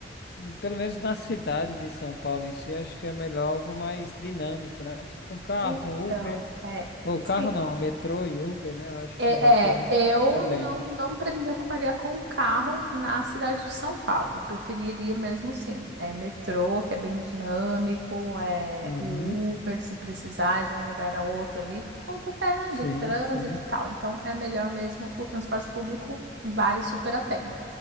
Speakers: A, on the left (about 60°); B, on the right (about 70°).
A: pelo menos na cidade de São Paulo em si, acho que é melhor algo mais dinâmico, né? Tipo um carro,
B: Então,
A: um Uber,
B: é,
A: ou carro
B: sim,
A: não, um metrô e Uber, né? Eu acho
B: é,
A: que dá pra gente se
B: é,
A: virar
B: eu
A: bem,
B: não,
A: né?
B: não pre- me preocuparia com o carro na cidade de São Paulo. Preferiria mesmo, sim, é, metrô, que é bem dinâmico, é,
A: Uhum.
B: o Uber, se precisar de um lugar a outro ali, por conta até,
A: Sim,
B: né, do trânsito
A: sim.
B: e tal. Então, é melhor mesmo o transporte público, vale super a pena.